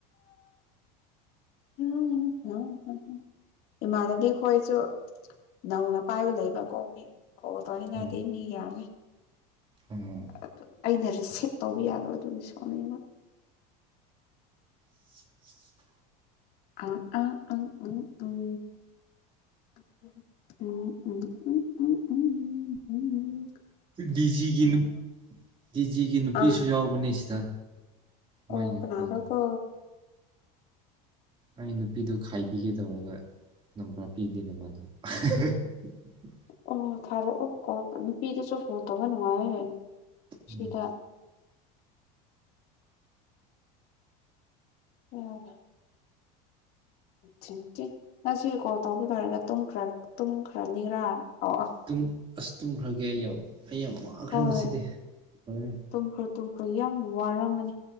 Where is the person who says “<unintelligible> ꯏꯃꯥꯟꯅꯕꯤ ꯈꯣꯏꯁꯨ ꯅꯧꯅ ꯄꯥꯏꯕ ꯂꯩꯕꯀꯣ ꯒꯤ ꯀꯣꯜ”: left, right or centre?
Left